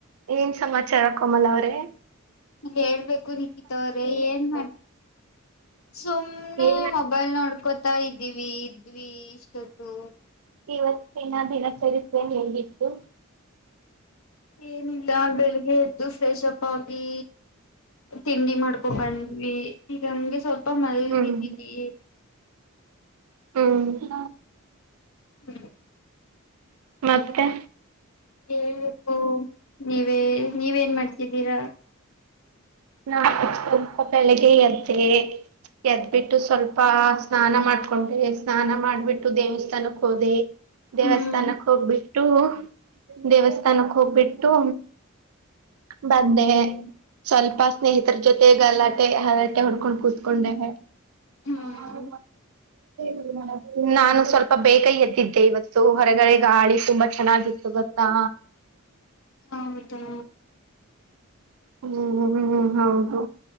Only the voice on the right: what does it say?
ಏನ್ ಸಮಾಚಾರ ಕಮಲ್ ಅವ್ರೇ.
ಏನ
ಇವತ್ತಿನ ದಿನಚರಿತೆಯ ಹೇಗಿತ್ತು.
ಹ್ಮ್
ಹ್ಮ್...
ಮತ್ತೆ.
ನಾ. ಪಲಕಯಾತ್ರೆ. ಎದ್ಬಿಟ್ಟು ಸ್ವಲ್ಪ. ಸ್ನಾನ ಮಾಡ್ಕೊಂಡೆ ಸ್ನಾನ ಮಾಡ್ಬಿಟ್ಟು ದೇವಸ್ಥಾನಕ್ ಹೋದೆ
ದೇವಸ್ಥಾನಕ್ಕೆ ಹೋಗ್ಬಿಟ್ಟು ದೇವಸ್ಥಾನಕ್ ಹೋಗ್ಬಿಟ್ಟು ಬಂದೆ ಸ್ವಲ್ಪ. ಸ್ನೇಹಿತರ ಜೊತೆಗ ಗಲಾಟೆ ಹರಟೆ ಹೊಡ್ಕೊಂಡ್ ಕೂತ್ಕೊಂಡೆ. ಹಾ
ಹ.
ಉಮೇನುಪ್. ನಾನು ಸ್ವಲ್ಪ ಬೇಗ ಎದ್ದೆ. ಏ ಇವತ್ತು ಹೊರಗಡೆ ಗಾಳಿ ತುಂಬಾ ಚೆನ್ನಾಗಿತ್ತುವತ್ತಾ
ಹ್ಮ್್ಮ್ ಹ್ಮ್ ಹ್ಮ್ ಹೌದು